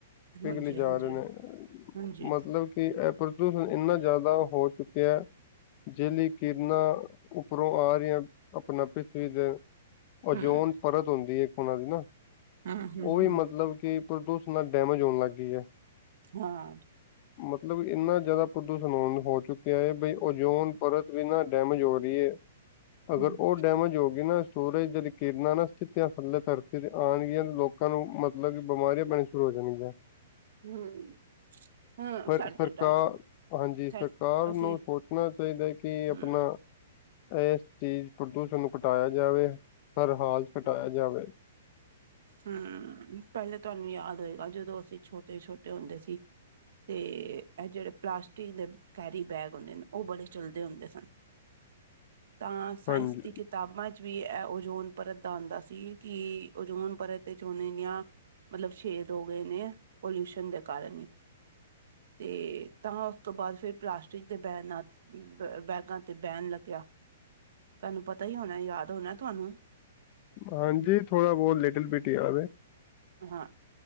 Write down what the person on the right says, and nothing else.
ਹਾਂਜੀ-ਹਾਂਜੀ,
ਹਾਂਜੀ ਹਾਂਜੀ,
ਹੂੰ,
ਹੂੰ, ਹੂੰ,
ਹੂੰ,
ਹਾਂ
ਹੂੰ,
ਹਮ, ਹਮ
ਸਾਡੇ
ਟਾਈਮ
ਸਾ ਅਸੀਂ
ਹੂੰ,
ਹਮ, ਪਹਿਲੇ ਤੁਹਾਨੂੰ ਯਾਦ ਹੋਏਗਾ ਜਦੋਂ ਅਸੀਂ ਛੋਟੇ- ਛੋਟੇ ਹੁੰਦੇ ਸੀ ਤੇ ਇਹ ਜਿਹੜੇ ਪਲਾਸਟਿਕ ਦੇ ਕੈਰੀ ਬੈਗ ਹੁੰਦੇ ਨੇ, ਉਹ ਬੜੇ ਚੱਲਦੇ ਹੁੰਦੇ ਸਨ, ਤਾਂ ਸਾਇੰਸ
ਦੀ ਕਿਤਾਬਾਂ 'ਚ ਵੀ ਇਹ ਓਜੋਨ ਪਰਤ ਦਾ ਆਉਂਦਾ ਸੀ, ਕਿ ਓਜੋਨ ਪਰ ਤੇ ਝੋਨੇਆਂ, ਮਤਲਬ ਛੇਦ ਹੋ ਗਏ ਨੇ, ਪੋਲਿਊਸ਼ਨ ਦੇ ਕਾਰਨ ਹੀ ਤੇ, ਤਾਂ ਉਸ ਤੋਂ ਬਾਅਦ ਫਿਰ ਪਲਾਸਟਿਕ ਦੇ ਬੈਨ ਨਾਲ ਬ ਬੈਗਾਂ ਤੇ ਬਹਿਣ ਲੱਗਿਆ, ਤੁਹਾਨੂੰ ਪਤਾ ਹੀ ਹੋਣਾ ਯਾਦ ਹੋਣਾ ਤੁਹਾਨੂੰ
ਹਾਂ,